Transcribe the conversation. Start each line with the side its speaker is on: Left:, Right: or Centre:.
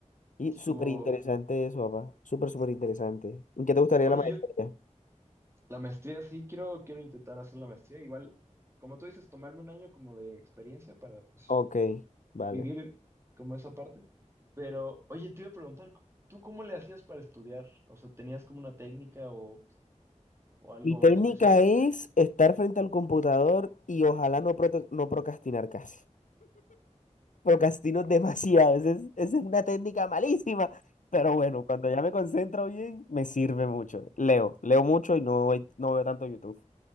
Left: Y
Right: estuvo.
Left: súper interesante eso, papá. Súper, súper interesante. ¿En qué te gustaría
Right: Oye,
Left: la maestría?
Right: yo La maestría, sí, quiero, quiero intentar hacer la maestría. Igual, como tú dices, tomarme un año como de experiencia para, pues,
Left: Ok, vale.
Right: vivir como esa parte. Pero, oye, te iba a preguntar, ¿tú cómo le hacías para estudiar? O sea, ¿tenías como una técnica o, o algo
Left: Mi técnica
Right: especial?
Left: es estar frente al computador y ojalá no, proto- no procrastinar casi. Procrastino <laughs> demasiado. Esa es, esa es una técnica malísima. Pero bueno, cuando ya me concentro bien, me sirve mucho. Leo, leo mucho y no, voy- no veo tanto YouTube.